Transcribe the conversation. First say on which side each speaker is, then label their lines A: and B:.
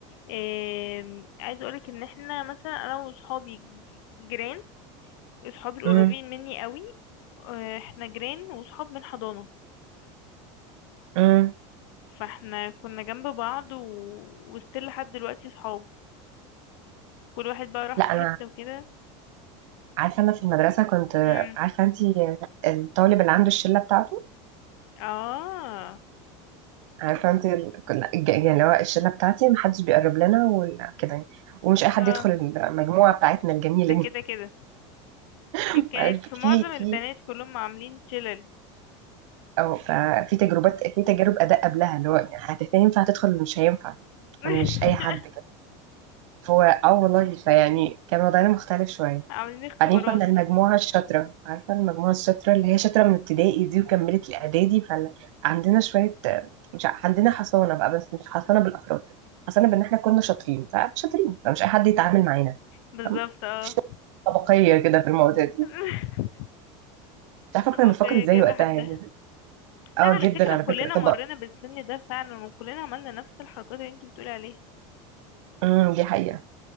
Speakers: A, on the left (about 60°); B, on the right (about 75°).
A: آم، عايزه اقولك ان احنا مثلا انا وصحابي جيران صحابي القريبين
B: امم
A: مني قوي آه، احنا جيران وصحاب من حضانة
B: امم
A: فاحنا كنا جنب بعض و... وستيل لحد دلوقتي صحاب كل واحد بقى راح
B: لا
A: في حتة
B: انا
A: وكده
B: عارفة انا في المدرسة كنت
A: امم
B: عارفة انت الطالب اللي عنده الشلة بتاعته
A: اه
B: عارفه انت ال- كنا الج- يعني اللي هو الشله بتاعتي محدش بيقرب لنا وكده يعني ومش اي حد
A: اه
B: يدخل المجموعه بتاعتنا الجميله
A: ده كده
B: دي
A: كده
B: <laughs>
A: كانت
B: عارف
A: في
B: في
A: معظم
B: في
A: البنات كلهم عاملين شلل
B: او ف- في تجربات في تجارب اداء قبلها اللي هو يعني هت- هينفع تدخل ولا مش هينفع
A: <laughs>
B: مش اي حد كده فهو اه والله فيعني كان وضعنا مختلف شويه
A: عاملين اختبارات
B: بعدين كنا المجموعة الشاطرة عارفة المجموعة الشاطرة اللي هي شاطرة من ابتدائي دي وكملت الإعدادي فعندنا شوية مش ع- عندنا حصانة بقى بس مش حصانة بالأفراد حصانة بإن إحنا كنا شاطرين فشاطرين فمش أي حد يتعامل معانا
A: بالظبط
B: فاهمة؟
A: اه
B: مفيش طبقية كده في المواضيع دي
A: <laughs>
B: مش عارفة كنا
A: بقية
B: بنفكر إزاي
A: جايبة
B: وقتها
A: حدها
B: يعني اه
A: لا على
B: جدا
A: فكرة
B: على فكرة
A: كلنا
B: طبق
A: مرينا بالسن ده فعلا وكلنا عملنا نفس الحركات اللي انتي بتقولي عليها
B: امم دي حقيقة